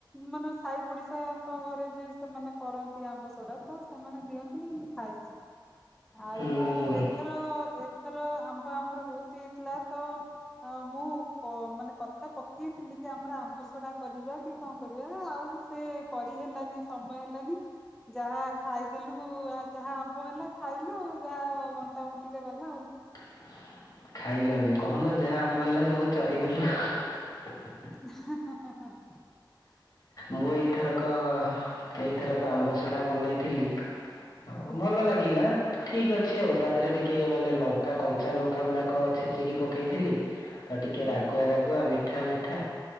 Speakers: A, in the centre; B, on the left (about 50°).
A: ମାନେ ସାଇ ପଡିଶାଙ୍କ ଘରେ ଯେ ସେମାନେ କରନ୍ତି ଆମ୍ବ ସଡ଼ା, ତ ସେମାନେ ଦିଅନ୍ତିୁ ମୁଁ ଖାଇଛି। ଆଉ
B: ହୁଁ
A: ମୁଁ ଏଥର ଏତ ଏଥର ଆମ୍ବ ଆମର ବୋହୁତ ହେଇଥିଲା ତ, ଅ ମୁଁ କ ମାନେ କଥା ପକେଇଥିଲି ଆମର ଆମ୍ବସଡା କରିବା କି କଅ କରିବା, ଆଉ ସେ କରିହେଲାନି ସମୟ ହେଲାନି ଯାହା ଖାଇଦେଲୁ ଆଉ ଯାହା ଆମ୍ବ ହେଲା ଖାଇଲୁ, ଆଉ ଯାହା ବଣ୍ଟା ବଣ୍ଟିରେ ଗଲା ଆଉ।
B: <inaudible> ଖାଇଲନି, କହୁନ ଯାହା ଆମ୍ବ ହେଲା ସବୁ ଚରିଗଲ। ହୁଁ ହୁଁ ହୁଁ ହୁଁ।
A: ହୁଁ ହୁଁ ହୁଁ ହୁଁ ହୁଁ।
B: ମୁଁ ଏଇଥରକ, ଏଇଥରକ ଆମ୍ବ ଶଢା ବନେଇଥିଲି। ହଉ
A: ହୁଁ
B: ଭଲ ଲାଗିଲା। ଠିକ୍ ଅଛି ଆଉ, ତା ଦେହରେ ଟିକେ ମାନେ ଲଙ୍କା, କଞ୍ଚା ଲଙ୍କା ଗୁଡାକ ଛେଚି ଟିକେ ପକେଇଥିଲି, ତ ଟିକେ
A: ହୁଁ
B: ରାଗୁଆ ରାଗୁଆ ମିଠା ମିଠା